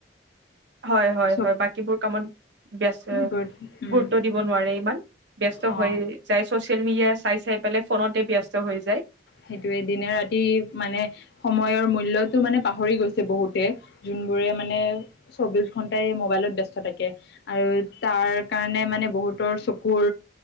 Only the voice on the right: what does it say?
হয়-হয়-হয়,
বাকীবোৰ কামত ব্যস্ত,
গুৰুত্ব দিব নোৱাৰে ইমান, ব্যস্ত
হৈ যাই, চচিয়েল মিডিয়া চাই-চাই পেলাই, ফোনতে ব্যস্ত হৈ যায়।